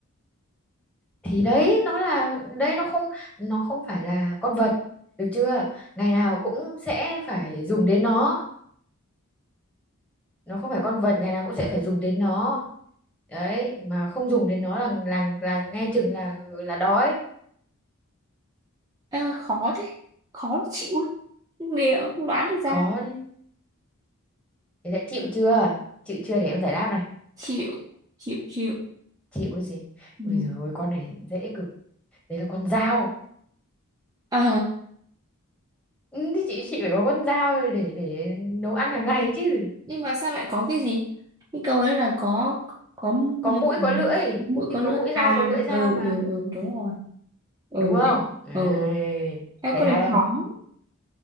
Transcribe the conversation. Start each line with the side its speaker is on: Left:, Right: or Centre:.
Centre: thì đấy nó là đây nó không nó không phải là con vật được chưa ngày nào cũng sẽ phải dùng đến nó nó không phải con vật ngày nào cũng sẽ phải dùng đến nó đấy mà không dùng đến nó là là là ngay chừng là là đói
Right: Ơ, khó thế khó chịu ấy. liệu không đoán được ra
Centre: khó đấy thế đã chịu chưa chịu chưa để em giải đáp này
Right: chịu chịu chịu
Centre: chịu cái gì
Right: ừ.
Centre: ôi giời ơi con này dễ cực đấy là con dao
Right: ờ
Centre: ừ, thì chị chị phải có con dao để để nấu ăn hàng ngày chứ
Right: nhưng mà sao lại có cái gì cái câu ấy là có có mũi
Centre: có mũi có lưỡi
Right: mũi
Centre: thì
Right: có
Centre: có
Right: lưỡi
Centre: mũi dao
Right: à
Centre: có lưỡi dao
Right: ừ
Centre: mà
Right: ừ ừ đúng rồi ừ
Centre: đúng không Đấy,
Right: ừ Ê,
Centre: thấy
Right: câu
Centre: hay
Right: này khó
Centre: không